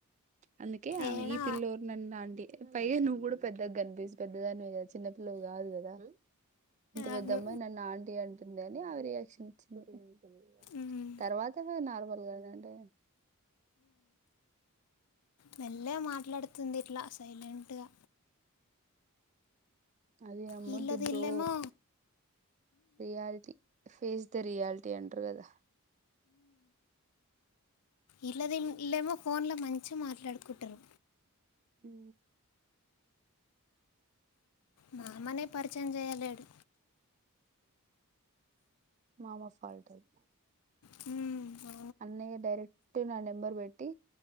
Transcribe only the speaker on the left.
ఏడా
అవును
ఉమ్,
మెల్లగ మాట్లాడుతుంది ఇట్లా సైలెంట్గా
వీళ్ళది
ఇల్లేమో
ఇల్లది ఇల్లేమో ఫోన్ లో మంచిగా మాట్లాడుకుంటారు
మామనే పరిచయం చేయలేడు
హు